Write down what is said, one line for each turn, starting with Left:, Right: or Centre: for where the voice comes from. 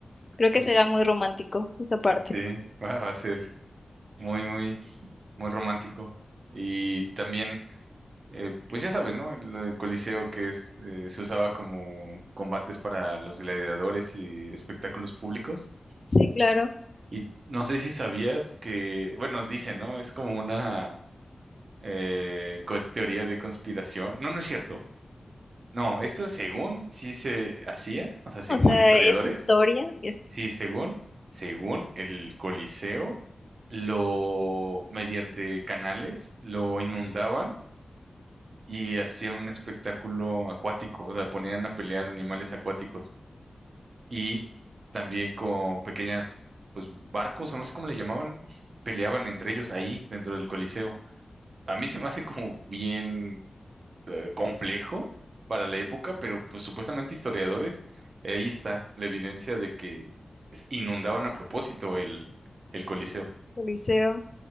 Left: Creo que
Right: pues
Left: será
Right: sí,
Left: muy romántico esa parte.
Right: sí, <laughs> va, va a ser muy, muy, muy romántico. Y también Eh, pues ya sabes, ¿no? El, el Coliseo que es, eh, se usaba como combates para los gladiadores y espectáculos públicos.
Left: Sí, claro.
Right: Y no sé si sabías que, bueno, dicen, ¿no? Es como una eh, co- teoría de conspiración. No, no es cierto. No, esto según sí se hacía, o sea, según
Left: O sea,
Right: historiadores,
Left: es historia, es
Right: sí, según, según el Coliseo, lo, mediante canales, lo inundaban y hacían un espectáculo acuático, o sea, ponían a pelear animales acuáticos y también con pequeñas, pues, barcos o no sé cómo le llamaban, peleaban entre ellos ahí dentro del Coliseo. A mí se me hace como bien eh, complejo para la época, pero pues supuestamente historiadores, eh, ahí está la evidencia de que es- inundaban a propósito el, el Coliseo.
Left: Coliseo.